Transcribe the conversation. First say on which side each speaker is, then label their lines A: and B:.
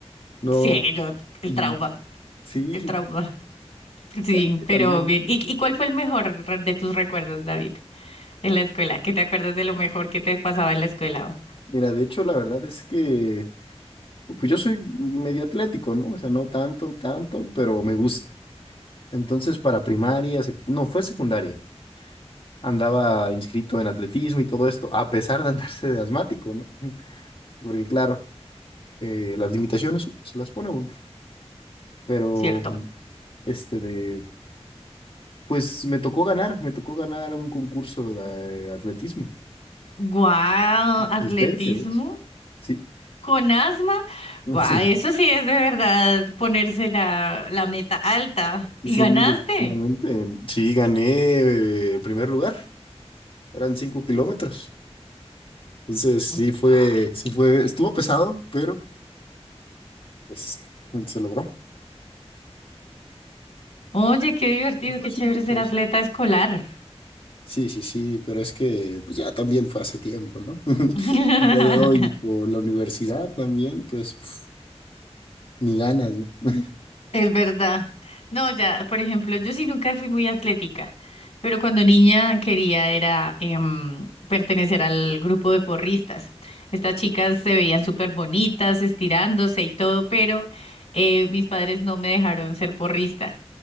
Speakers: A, on the left; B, on the left.
A: no.
B: Sí, no, el
A: Y
B: trauma,
A: Sí,
B: el trauma. Sí,
A: bueno, es que
B: pero
A: también.
B: bien. ¿Y, y cuál fue el mejor re- de tus recuerdos, David, en la escuela? ¿Qué te acuerdas de lo mejor que te pasaba en la escuela?
A: Mira, de hecho, la verdad es que pues yo soy medio atlético, ¿no? O sea, no tanto, tanto, pero me gusta. Entonces, para primaria, sec- no, fue secundaria. Andaba inscrito en atletismo y todo esto, a pesar de andarse de asmático, ¿no? <laughs> Porque claro, eh, las limitaciones se las pone uno. Pero
B: ¿Cierto?
A: este de, pues me tocó ganar, me tocó ganar un concurso de atletismo.
B: Guau, atletismo
A: Asistencia, de hecho. Sí,
B: con asma.
A: <laughs>
B: Guau, eso
A: sí,
B: sí es de verdad ponerse la, la meta alta. ¿Y
A: sí,
B: ganaste?
A: definitivamente. Sí, gané eh, primer lugar. Eran cinco kilómetros. Entonces, sí
B: Guau.
A: fue, sí fue, estuvo pesado, pero pues se logró.
B: Oye, qué divertido,
A: ¿No Fue
B: qué
A: cinco
B: chévere ser
A: 2
B: atleta escolar.
A: Sí, sí, sí, pero es que pues ya también fue hace tiempo, ¿no? <laughs>
B: <laughs>
A: El día de hoy con la universidad también, pues pf, ni ganas, ¿no?
B: Es verdad. No, ya, por ejemplo, yo sí nunca fui muy atlética, pero cuando niña quería era em, pertenecer al grupo de porristas. Estas chicas se veían súper bonitas, estirándose y todo, pero eh, mis padres no me dejaron ser porrista,